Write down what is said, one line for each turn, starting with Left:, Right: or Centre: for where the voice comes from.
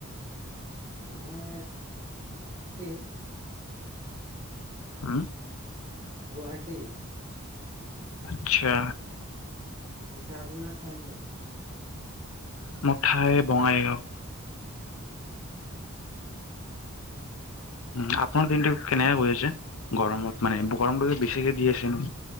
Right: মই টি
Left: উম
Right: গুৱাহাটী
Left: আচ্ছা।
Right: পিছে আপোনাৰ ঠাই কত।
Left: মুঠাই বঙাইগাঁও। উম আপোনাৰ দিনটো কেনেকা গৈ আছে গৰমত মানে গৰমটো বেছিকে দি আছে ন